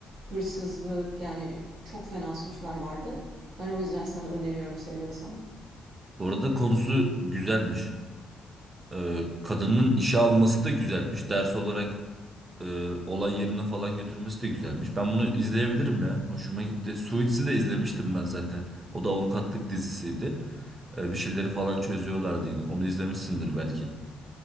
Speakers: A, on the right; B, on the right.
A: hırsızlık yani çok fena suçlar vardı. Ben o yüzden sana öneriyorum seviyorsan.
B: Bu arada konusu güzelmiş. Ee, kadının işe alması da güzelmiş. Ders olarak e, olay yerine falan götürmesi de güzelmiş. Ben bunu izleyebilirim ya. Hoşuma gitti. Suits'i de izlemiştim ben zaten. O da avukatlık dizisiydi. E, bir şeyleri falan çözüyorlardı yine. Onu izlemişsindir belki.